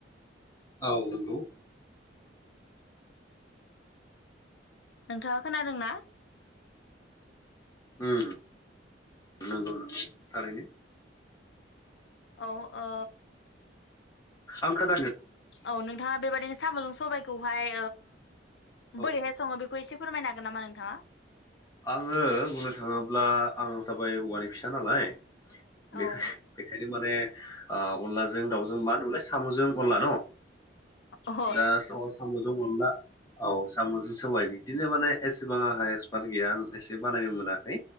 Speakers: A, on the left; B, on the left.
A: औ नंगौ
B: नोंथाङा खोनादों ना?
A: उम नंगौ नंगौ थारैनो
B: औ ओ
A: आं खोनादों।
B: औ नोंथाङा बेबदिनो साम'जों सबायाइखौहाय
A: औ
B: बोरैहाय सङो बेखौ एसे फोरमायनो हागोन नामा नोंथाङा?
A: आङो बुंनो थाङोब्ला आं जाबाय हौवानि फिसा नालाय। बे
B: औ
A: बेखायनो माने अनलाजों दाउजों मा होनोलाय साम'जों अनला न'
B: अह ओ
A: दा साम'जों अनला औ साम'जों साबाय बिदिनो माने एसेबां आहाय गैया आ एसे बानायनो मोनाखै